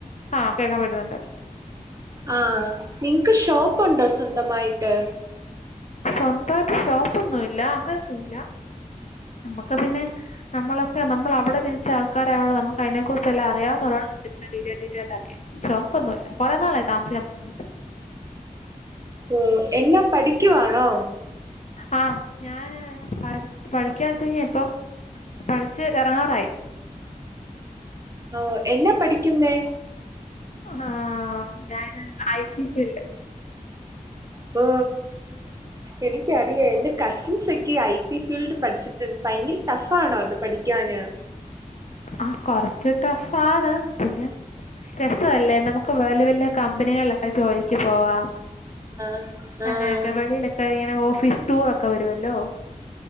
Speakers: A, on the left; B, on the right.
A: ആഹ് കേക്കാൻ പറ്റുന്നുണ്ട്
B: ആഹ് നിങ്ങ്ക്ക് ഷോപ്പുണ്ടോ സ്വന്തമായിട്ട്
A: സ്വന്തായിട്ട് ഷോപ്പൊന്നുല്ല അങ്ങനൊന്നുല്ല മ്മക് പിന്നെ നമ്മളൊക്കെ നമ്മൾ അവിടെ ജനിച്ചാ ൾക്കാരായുള്ളൊണ്ട് നമുക്ക് അതിനെ കുറിച്ച് എല്ലാം അറിയാവുന്നോരോട് ഇത്രേം ഡീറ്റെ ഡേറ്റൽ ആയിട്ടറി ഷോപ്പ് ഒന്നുല്ല കൊറേ നാളായി താമസിക്കാൻ തുടങ്ങിയിട്ട്
B: ഓഹ് എന്ന പഠിക്കുവാണോ
A: ആഹ് ഞാന് പറി പഠിക്കാ ചെന്നെ പഠിച്ച് എറങ്ങാറായി
B: ഓഹ് എന്നാ പഠിക്കുന്നേ
A: ആഹ് ഞാന് ഐ ടി ഫീൽഡ്
B: പ് എനിക്കറിയ എന്റെ കസിൻസ് ഒക്കെ ഐ ടി ഫീൽഡ് പഠിച്ചിട്ടുണ്ട് ഭയങ്കര ടഫാണോ ഇത് പഠിക്കാന്
A: ആ കൊറച്ച് ടഫാണ് പിന്നെ രസവല്ലേ നമുക്ക് വല്യ വല്യ കമ്പനികളിലൊക്കെ ജോലിക്ക് പോവാം
B: ആഹ് ആഹ്
A: അങ്ങനെക്കെ വെളിയിലൊക്കെ ഇങ്ങനെ ഓഫീസ് ടൂർ ഒക്കെ വരുവല്ലോ